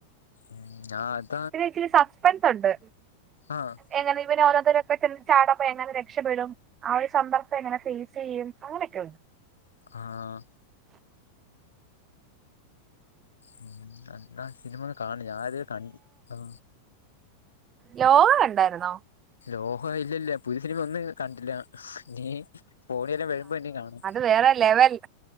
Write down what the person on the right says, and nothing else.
പിന്നെഇച്ചിരി സസ്പെൻസൊണ്ട്
എങ്ങനെ ഇവനെ ഓരോത്തെര് പെട്ടെന്ന് ചാടുമ്പോഎങ്ങനെ രക്ഷപ്പെടും ആഒര്സന്ദർഭം എങ്ങനെ ഫേസെയ്യും അങ്ങനൊക്കെയുണ്ട്.
ലോഹ കണ്ടായ്ര്ന്നോ?
വേറെലെവെൽ